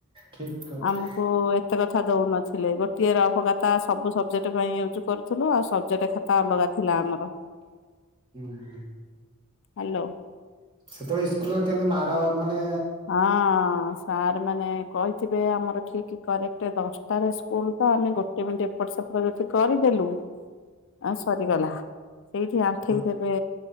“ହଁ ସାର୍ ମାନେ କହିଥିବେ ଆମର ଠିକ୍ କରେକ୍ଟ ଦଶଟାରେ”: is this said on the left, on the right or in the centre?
Left